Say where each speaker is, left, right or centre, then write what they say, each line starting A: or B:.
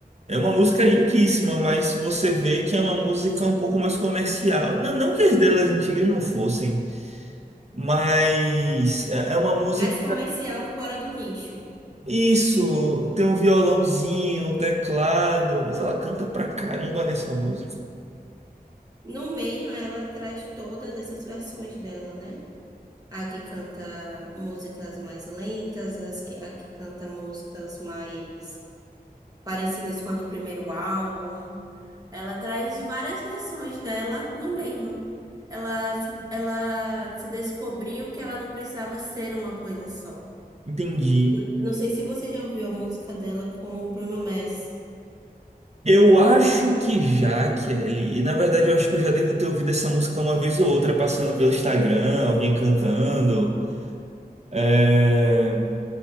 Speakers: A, on the right (about 45°); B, on the right (about 25°).
A: É uma música lindíssima, mas você vê que é uma música um pouco mais comercial. Não, não que as delas antigas não fossem, mas é é uma música.
B: Mais comercial, fora do nicho.
A: Isso, tem um violãozinho, um teclado, mas ela canta pra caramba nessa música.
B: No Mayhem, ela traz todas essas versões dela, né? A que canta músicas mais lentas, as que, a que canta músicas mais parecidas com a do primeiro álbum. Ela traz várias versões dela no meio. Ela, ela se descobriu que ela não precisava ser uma coisa só.
A: Entendi.
B: N- Não sei se você já ouviu a música dela com o Bruno Mars.
A: Eu acho que já, Kelly. E na verdade eu acho que eu já devo ter ouvido essa música uma vez ou outra passando pelo Instagram, alguém cantando. É,